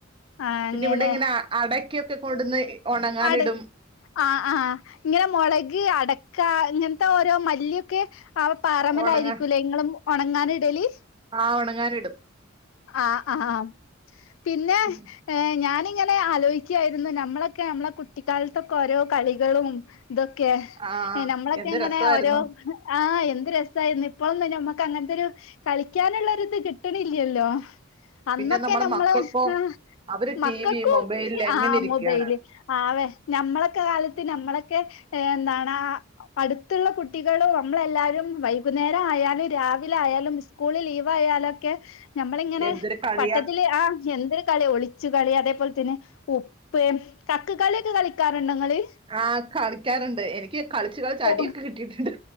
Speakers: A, on the left (about 75°); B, on the right (about 25°).
A: ആഹ്
B: പിന്നെ
A: അങ്ങനെ
B: ഇവിടെ ഇങ്ങനെ അ- അടയ്ക്കൊക്കെ കൊണ്ടുവന്ന് ഉണങ്ങാനിടും
A: അടെ ആഹ് ആഹ് ഇങ്ങനെ മൊളക് അടക്ക ഇങ്ങൻത്തോരോ മല്ലിയൊക്കെ ആ പാറമ്മലായിരിക്കൂലേ
B: ഉണങ്ങാൻ
A: ഇങ്ങള് ഒണങ്ങാനിടല്
B: ആഹ് ഒണങ്ങാനിടും
A: ആഹ് ആഹ് പിന്നെ
B: ഉം
A: ഏഹ് ഞാനിങ്ങനെ ആലോയിക്ക്യായിരുന്നു നമ്മളൊക്കെ നമ്മളെ കുട്ടിക്കാലത്തൊക്കെ ഓരോ കളികളും തൊക്കെ
B: ആഹ്
A: എ നമ്മളൊക്കെ
B: എന്ത്
A: ങ്ങനെ
B: രസായിരുന്നു
A: ഓരോ ആഹ് എന്ത് രസായിരുന്നു ഇപ്പളൊന്നും ഞമ്മക്ക് അങ്ങനത്തെരു കളിക്യാനുള്ള ഒരുത് കിട്ട് ണില്ല്യല്ലോ അന്നൊക്കെ
B: പിന്നെ നമ്മടെ
A: നമ്മള്ഹ്
B: മക്കൾക്കോ
A: അഹ്
B: അവര്
A: മക്കക്കും
B: ടി വി മൊബൈലിൽ എങ്ങനെ
A: ആഹ്
B: ഇരിക്കാണ്
A: മുബൈയില് ആവെ ഞമ്മളെക്കെ കാലത്ത് ഞമ്മളൊക്കെ ഏ എന്താണാ പ്പട്ത്തുള്ള കുട്ടികളും അമ്മളെല്ലാരും വൈകുന്നേരായാലും രാവിലെ ആയാലും സ്കൂള് ലീവായാലൊക്കെ ഞമ്മളിങ്ങനെ
B: എന്തൊരു കളിയാ
A: പട്ടത്തില് ആഹ് എന്തൊര് കള്യ ഒളിച്ച് കളി അതേപോലെ തന്നെ ഉപ്പ്, കക്ക്‌ കളിയൊക്കെ കളി ക്കാറ്ണ്ടോ ങ്ങള്
B: ആഹ് കളിക്യാറ്ണ്ട് എനിക്ക് കളിച്ചു കളിച്ചടിയൊക്കെ
A: ഓ
B: കിട്ടീട്ട്ണ്ട്